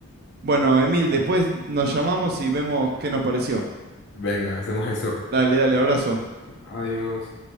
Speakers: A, on the right (about 45°); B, on the left (about 50°).
A: Bueno, Emil, después nos llamamos y vemos qué nos pareció.
B: Venga, hacemos eso.
A: Dale, dale, abrazo.
B: Adiós.